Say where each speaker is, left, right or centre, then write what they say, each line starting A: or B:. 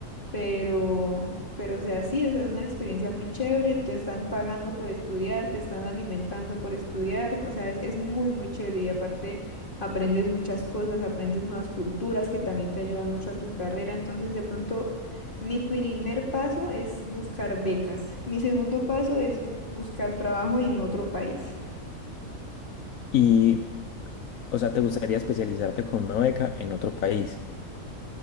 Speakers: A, on the left (about 35°); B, on the left (about 70°).
A: pero, pero o sea, sí, o sea, es una experiencia muy chévere, te están pagando por estudiar, te están alimentando por estudiar, o sea, es, es muy, muy chévere y aparte aprendes muchas cosas, aprendes nuevas culturas que también te ayudan mucho a tu carrera, entonces de pronto mi primer paso es buscar becas, mi segundo paso es bu- buscar trabajo en otro país.
B: Y, o sea, ¿te gustaría especializarte con una beca en otro país?